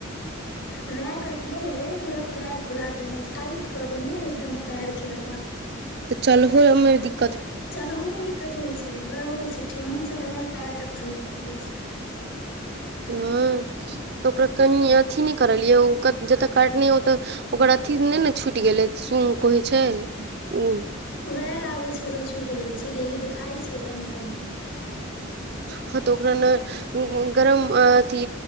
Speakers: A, on the left (about 70°); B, on the right (about 55°).
A: वएह कटने है पूरा पैर फुला देने टाइट कऽ देने एकदम पैरके हमर
B: त चलहो में दिक्क
A: चल हो मे <unintelligible> दिक्कत होइ छैय हो छैय ठेहुन तलबा काइर तक फुइल गेले छैय।
B: हँ तऽ ओकरा कनि अथी नहि करलियौ जत काटने ओतऽ ओकरा अथी नहि ने छुटि गेलै सुंग कहै छैय ओ
A: वएह लागै छै तऽ छूटि गेल छै कियकि दिखाई छै कनि कनी
B: हँ तऽ ओकरा ने गरम अथि